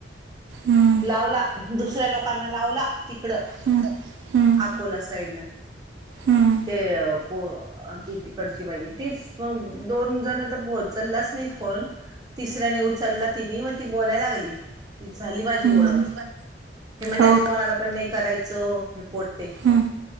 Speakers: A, on the right; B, on the right.
A: हम्म
B: लावला दुसऱ्या लोकांना लावला तिकडं.
A: हम्म हम्म
B: आकोला साईडला.
A: हम्म
B: ते को ती तिकडची बाई तीच. मग दोनजण तर ऊचललाच नाही फोन. तिसऱ्याने उचलला तिनी, मग ती बोलायला लागली तिची झाली माझी
A: हम्म
B: ओळख. हे म्हणे
A: हो
B: असं कोणाला
A: का
B: पण नाही करायचं हे पोट्टे.
A: हम्म